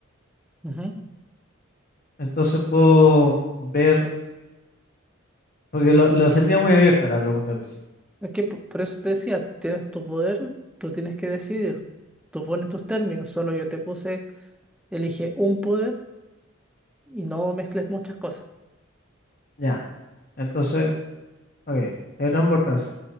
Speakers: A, in the centre; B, on the left.
A: Ujú.
B: entonces puedo ver, porque lo, lo sentía muy abierta la pregunta al principio.
A: Es que po- por eso te decía, tienes tu poder, tú tienes que decidir. Tú pones tus términos, solo yo te puse Elige un poder y no mezcles muchas cosas.
B: Ya, entonces, ok, teletransportarse.